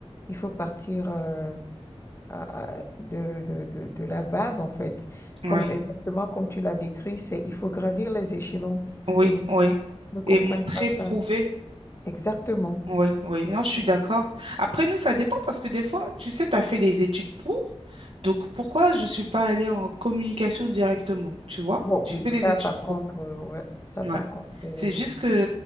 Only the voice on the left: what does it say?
il faut partir. euh, à- à- de, de, de, de la base, en fait.
Comme, exactement comme tu l'as décrit, c'est il faut gravir les échelons
et beaucoup
ne comprennent
pas ça.
Exactement.
Exactement.
Bon,
oui,
ça
par contre,
euh, ouais, ça
par contre, c'est...
c'est-